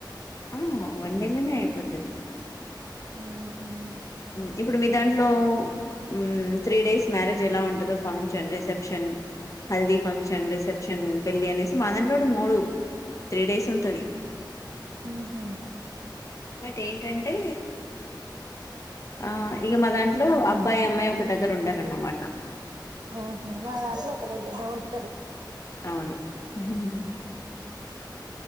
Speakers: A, on the left; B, on the right.
A: ఆ వన్ డే లోనే అయిపోతాది
B: ఆహా
A: ఉ ఇప్పుడు మీ దాంట్లో ఉహ్మ్ త్రీ డేస్ మ్యారేజ్ ఎలా ఉంటదో function reception haldi function reception పెళ్లి అనేసి మా దంట్లో కూడా మూడు త్రీ డేస్ ఉంటది
B: హ్మ హ్మ
A: బట్ ఏంటంటే ఆ ఇక మా దాంట్లో అబ్బాయి అమ్మాయి ఒక దగ్గర ఉండారన్నమాట
B: ఓహో మా దాంట్లో ఒక డిగర్నే ఉంటారు
A: అవును హ్మ్